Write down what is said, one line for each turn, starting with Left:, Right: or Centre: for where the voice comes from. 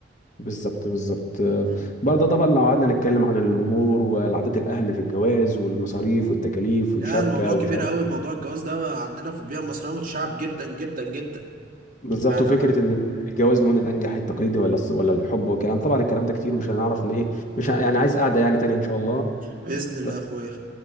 Left: بالظبط بالظبط آه،
Right: مم.
Left: برضه طبعا لو قعدنا نتكلم عن المهور والعادات الاهل في الجواز والمصاريف والتكاليف والشبكه
Right: لا الموضوع كبير
Left: ومش عارف
Right: قوي موضوع الجواز ده عندنا في البيئه المصريه متشعب جدا جدا جدا
Left: بالظبط
Right: آه.
Left: وفكره ان الجواز هون الانجح التقليدي ولا الس- ولا الحب والكلام طبعا الكلام ده كتير مش هنعرف ان ايه مش ه- يعني عايز قعده يعني تانية ان شاء الله
Right: بإذن الله
Left: ف-
Right: يا أخويا